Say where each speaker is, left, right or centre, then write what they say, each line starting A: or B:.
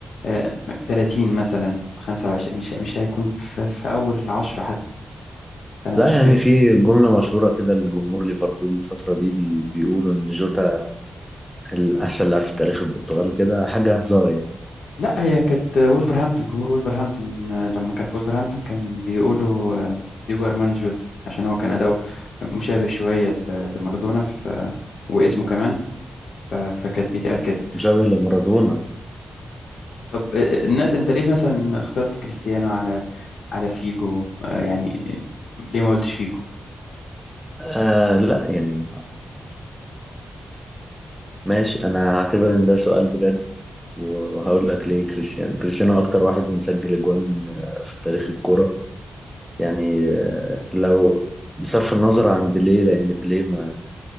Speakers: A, on the left; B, in the centre.
A: آه، 30 مثلا 25 مش مش هيكون في, في أول عشرة حتى أنا
B: لا
A: مش
B: يعني
A: فاهم
B: في جملة مشهورة كده لجمهور ليفربول الفترة دي بي- بيقولوا إن جوتا الأحسن لاعب في تاريخ البرتغال كده حاجة هزار يعني
A: لا هي كانت وولفرهامبتون جمهور وولفرهامبتون آه، لما كان في وولفرهامبتون كان بيقولوا آه، ديجو أرماند جوتا عشان هو كان أداؤه مشابه شوية ل- لمارادونا ف- واسمه كمان ف- فكانت بيتقال كده
B: مشابه لمارادونا
A: طب آه، آه، الناس انت ليه مثلا اخترت كريستيانو على على فيجو آه، يعني ليه ما قلتش فيجو
B: آه لا يعني ماشي انا هعتبر ان ده سؤال بجد وهقول لك ليه كريستيانو كريستيانو اكتر واحد مسجل اجوان آه، في تاريخ الكوره يعني آه، لو بصرف النظر عن بيليه لان بيليه ما